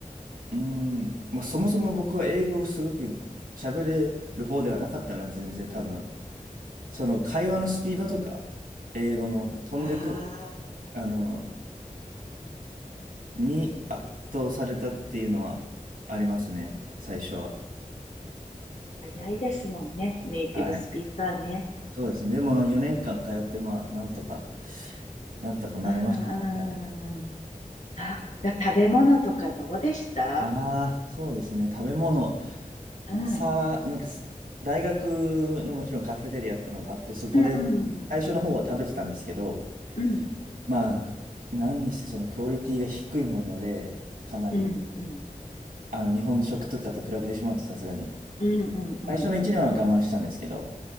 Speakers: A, on the right (about 80°); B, on the left (about 55°).
A: うん、まあそもそも僕は英語をすごく喋れる方ではなかったな、全然多分。その会話のスピードとか、英語の飛んでくる、
B: ああ、
A: あの、に圧倒されたっていうのはありますね、最初は。
B: 早いですもんね。ネイティブスピーカーね。
A: はいそうですね。でも4年間通って、まあ、なんとか、なんとかなれましたね。
B: うんうん。
A: はい。
B: さ、食べ物とかどうでした
A: ああ、そうですね。食べ物。
B: うん。
A: さあ、なんかす、大学のもちろんカフェテリアってのがあって、そこで
B: うんうん。
A: 最初の方は食べてたんですけど、
B: うん。
A: まあ、何にしてそのクオリティが低いもので、かなり、
B: うんうん。
A: あの、日本食とかと比べてしまうとさすがに。
B: うんうんうん。
A: 最初の1年は我慢したんですけど、